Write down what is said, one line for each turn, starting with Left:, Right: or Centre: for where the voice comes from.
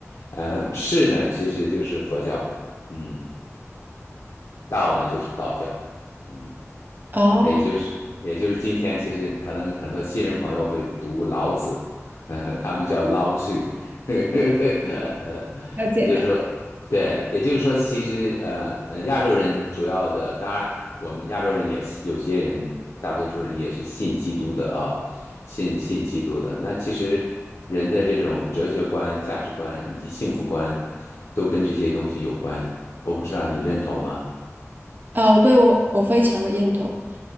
Left: 呃士呢其实就是佛教，嗯，道呢就是道教，嗯，
Right: 哦，
Left: 那也就是也就是今天，其实可能很多新人朋友会读老子，嗯，他们叫老子，<laughs> 呃，
Right: 了解了。
Left: 就是说，对，也就是说，其实呃呃，亚洲人主要的，当然我们亚洲人也是有些人，大多数人也是信基督的啊，信信基督的。那其实人的这种哲学观、价值观以及幸福观，都跟这些东西有关。我不知道你认同吗？
Right: 哦，对，我我非常的认同。